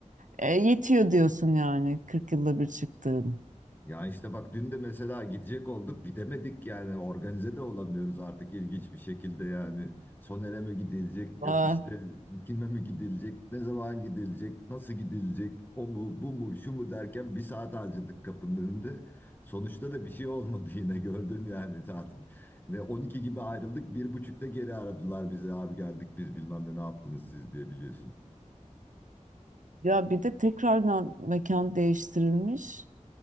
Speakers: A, on the right (about 80°); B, on the left (about 15°).
A: E, yetiyor diyorsun yani 40 yılda bir çıktığın.
B: Ya işte bak dün de mesela gidecek olduk gidemedik yani organize de olamıyoruz artık ilginç bir şekilde yani. Soner'e mi gidilecek
A: Aa,
B: yok işte kime mi gidilecek ne zaman gidilecek nasıl gidilecek o mu bu mu şu mu derken bir saat harcadık kapının önünde. Sonuçta da bir şey olmadı <laughs> yine gördün yani tatil. Ne 12 gibi ayrıldık bir buçukta geri aradılar bize abi geldik biz bilmem ne ne yaptınız siz diye biliyorsun.
A: ya bir de tekrardan mekan değiştirilmiş.